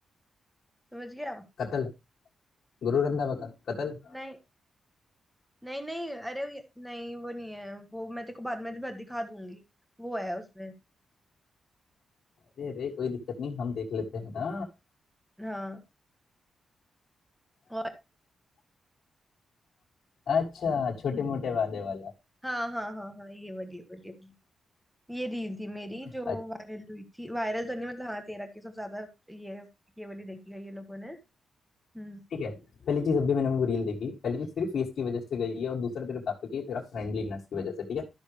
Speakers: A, in the centre; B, on the left.
A: समझ गया
B: कतल गुरु रंधावा का कतल
A: नहीं नहीं नहीं अरे वो ये- नहीं वो नहीं है वो मैं तेरे को बाद में भी दिखा दूंगी वो है उसमें
B: अरे रे कोई दिक्कत नहीं हम देख लेते हैं ना
A: हाँ और
B: अच्छा छोटे मोटे वादे वाला
A: हाँ हाँ हाँ हाँ ये वाली ये वाली ये वाली ये रील थी मेरी जो
B: अच्छा,
A: वायरल हुई थी वायरल तो नहीं मतलब हाँ तेरा की सब ज्यादा ये ये वाली देखी है ये लोगों ने हम्म
B: ठीक है पहली चीज अभी मैंने वो रील देखी पहली चीज तेरी फेस की वजह से गई है और दूसरा तेरे पापा की तेरा फ्रेंडलीनेस की वजह से ठीक है